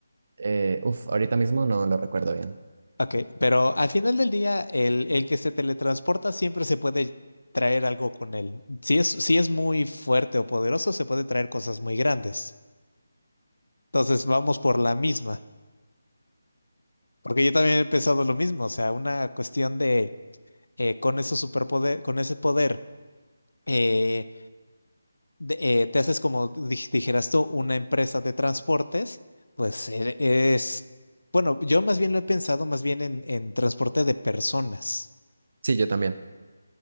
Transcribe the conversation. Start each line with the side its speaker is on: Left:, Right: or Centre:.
Right: Eh, uf, ahorita mismo no lo recuerdo bien.
Left: Ok, pero al final del día, el, el que se teletransporta siempre se puede traer algo con él. Si es, si es muy fuerte o poderoso, se puede traer cosas muy grandes. Entonces vamos por la misma. Porque yo también he pensado lo mismo, o sea, una cuestión de eh, con esos superpoder, con ese poder, eh, de- eh, te haces como dij- dijeras tú, una empresa de transportes, pues eh, es, bueno, yo más bien lo he pensado más bien en, en transporte de personas,
Right: Sí, yo también.